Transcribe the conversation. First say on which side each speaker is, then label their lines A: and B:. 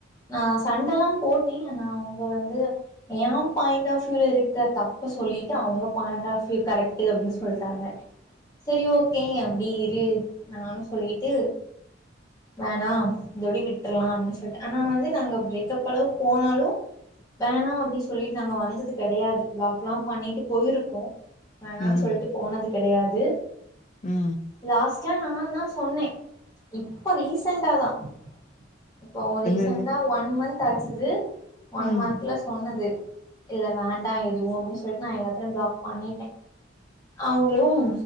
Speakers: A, on the left (about 20°); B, on the left (about 40°).
A: நான் சண்டல்லா போட்ட ஆனா அவங்க வந்து எயன் பாயிண்ட் ஆஃப் யூல இருக்க தப்ப சொல்லிட்டு அவங்க பாயிண்ட் ஆஃப் யூ கரெக்ட்டு அப்டின்னு சொல்ட்டாங்க செரி ஓகே அப்டி இரு நானும் சொல்லிட்டு வேணா இந்தோடி விட்டுரலா அப்டின்னு சொல்லிட்டு ஆனா வந்து நாங்க பிரேக்ப் அளவு போனாலும் வேணா அப்டின்னு சொல்லிட்டு நாங்க வந்தது கடையாது பிளாக் எல்லாம் பண்ணிட்டு போயிருக்கோம் வேணாம்னு
B: ம்
A: சொல்ட்டு போனது கிடையாது
B: ம்
A: லாஸ்ட்டா நான் தான் சொன்னே இப்ப ரீசன்டாதான் இப்போ ரீசண்டா
B: என்னது
A: ஒன் மந்த் ஆச்சிது ஒன்
B: ம்
A: மந்த்ல சொன்னது இல்ல வேண்டா எதுவும் அப்டின்னு சொல்லிட்டு நான் எல்லாத்தலையும் பிளாக் பண்ணிட்டேன் அவங்களும்